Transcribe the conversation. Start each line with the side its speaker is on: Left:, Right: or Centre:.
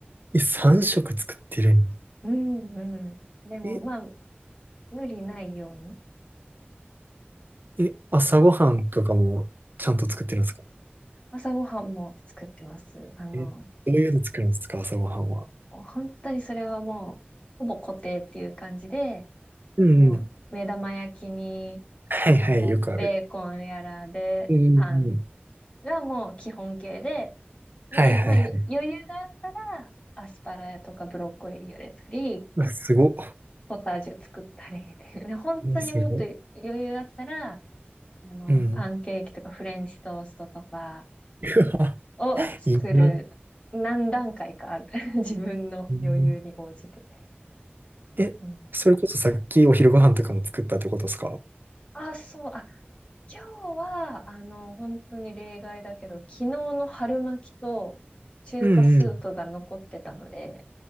Right: え、3食作ってるんや。
Left: うん、うん。でも、
Right: え、
Left: まあ、無理ないように
Right: え、朝ごはんとかもちゃんと作ってるんですか
Left: やって。うん朝ごはんも作ってます。あの、
Right: え、どういうの作るんですか朝ごはんは。
Left: 本当にそれはもう、ほぼ固定っていう感じで、
Right: うんうん。
Left: もう、目玉焼きに、
Right: はいはい、
Left: なんか、
Right: よくある。
Left: ベーコンやらで、
Right: うんうんうん。
Left: パンがもう基本形で、で、
Right: はいはいはい。
Left: まあ、ゆ余裕があったら、アスパラとかブロッコリー茹でたり、
Right: うわすごっ。
Left: ポタージュ作ったり、<laughs> で本当にもっと余裕があったら、
Right: ねすごっ。
Left: あの、
Right: うん。
Left: パンケーキとかフレンチトーストとか
Right: <laughs> うわ
Left: を作る何段階かある。
Right: いいな。
Left: <laughs> 自分の余裕に応じて。
Right: うんえ、
Left: うん。
Right: それこそさっきお昼ご飯とかも作ったってことですか
Left: あ、そう、あ、今日は、あの、本当に例外だけど、昨日の春巻きと中華スープが残ってたので、
Right: うんうん。